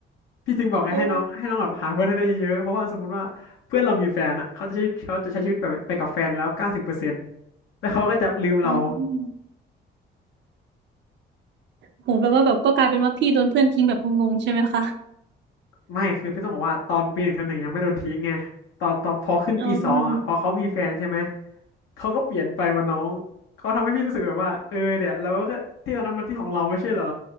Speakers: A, on the left (about 85°); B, on the right (about 65°).
A: พี่ถึงบอกไงให้น้องให้น้องแบบหาเพื่อนให้ได้เยอะๆเพราะว่าสมมติว่าเพื่อนเรามีแฟนอ่ะเขาจะใช้เขาจะใช้ชีวิตไปไปกับแฟนแล้วเก้าสิบเปอร์เซ็นต์
B: โอ้
A: แล้วเขาก็จะลืมเรา
B: อืมโหแปลว่าแบบก็กลายเป็นว่าพี่โดนเพื่อนทิ้งแบบงงๆใช่ไหมคะ
A: ไม่คือพี่ต้องบอกว่าตอนปีหนึ่งเทอมหนึ่งยังไม่โดนทิ้งไงตอนตอนพอขึ้นปีสองอ่ะพอเขามีแฟนใช่ไหม
B: อ๋อ
A: เขาก็เปลี่ยนไปว่าน้องเขาทำให้พี่รู้สึกแบบว่าเออเนี่ยเราก็ที่ตอนนั้นมันที่ของเราไม่ใช่เหรอ